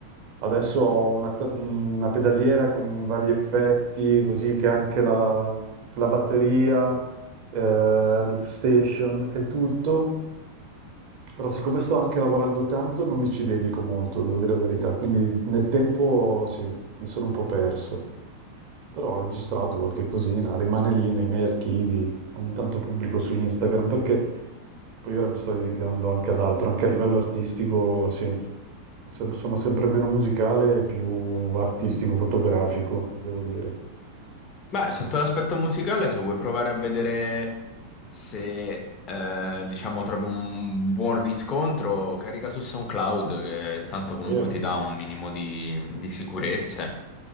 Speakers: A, on the right; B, on the left.
A: Adesso ho una, t- mm, una pedaliera con vari effetti, così che anche la, la batteria, eh, loop station e tutto. Però siccome sto anche lavorando tanto, non mi ci dedico molto, devo dire la verità. Quindi nel tempo sì, mi sono un po' perso. Però ho registrato qualche cosina, rimane lì nei miei archivi, ogni tanto pubblico su Instagram perché poi ora mi sto dedicando anche ad altro, anche a livello artistico, sì, Se- sono sempre meno musicale e più artistico-fotografico,
B: Mm.
A: devo dire.
B: Beh, sotto
A: Mm.
B: l'aspetto musicale, se vuoi provare a vedere se, eh, diciamo, trovi un buon riscontro, carica su SoundCloud, che tanto comunque
A: Vero?
B: ti dà un minimo di, di sicurezze.